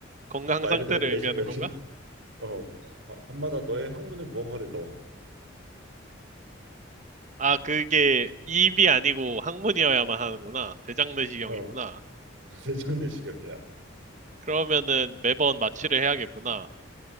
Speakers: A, on the right (about 40°); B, on the right (about 70°).
A: 건강
B: 말
A: 상태를
B: 그대로 내시경이야.
A: 의미하는 건가?
B: <laughs> 어, 바- 밤마다 너의 항문에 무언가를 넣어.
A: 아, 그게 입이 아니고 항문이어야만 하는구나. 대장 내시경이구나.
B: 어, <laughs> 대장 내시경이야.
A: 그러면은 매번 마취를 해야겠구나.